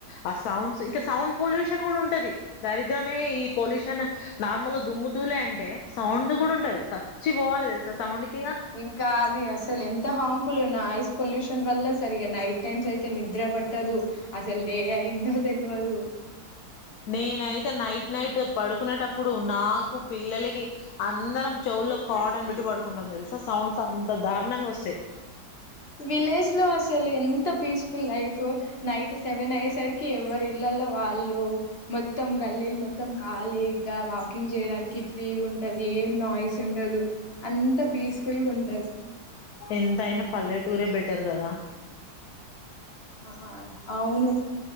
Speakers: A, on the left; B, on the left.
A: ఆ సౌండ్స్ ఇంకా సౌండ్ పొల్యూషన్ కూడా ఉంటది దరిద్రమే ఈ పొల్యూషన్ నార్మల్ దుమ్ము దూలే అంటే సౌండ్ కూడా ఉంటది సచ్చి పోవాలి తెలుస ఆ సౌండ్ కి ఇగ
B: ఇంకా అది అసలు ఎంత హాం నాయిస్ పొల్యూషన్ వల్ల సరిగా నైట్ టైమ్స్ అయితే నిద్ర పట్టదు అసలు డే అయిందో తెలియదు
A: నేనైతే నైట్ నైట్ పడుకునేటప్పుడు నాకు పిల్లలకి అందరం చెౌవుల్లో కాటన్ పెట్టి పడుకుంటాం తెలుసా సౌండ్స్ అంత దారుణంగా వస్తాయి
B: విలేజ్ లో అసలు ఎంత పీస్ఫుల్ లైఫ్ నైట్ సెవెన్ అయ్యే సరికి ఎవరి ఇళ్లలో వాళ్ళు మొత్తం గల్లీలు మొత్తం ఖాళీగా వాకింగ్ చేయడానికి ఫ్రీగా ఉంటుది ఏం నాయిస్ ఉండదు అంత పీస్ఫుల్గా ఉంటుంది
A: ఎంతయినా పల్లెటూరే బెటర్ కదా
B: ఆ అవును